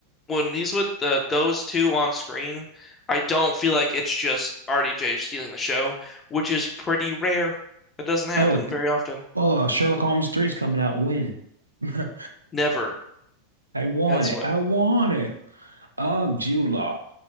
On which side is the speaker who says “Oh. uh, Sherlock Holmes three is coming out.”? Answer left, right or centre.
Right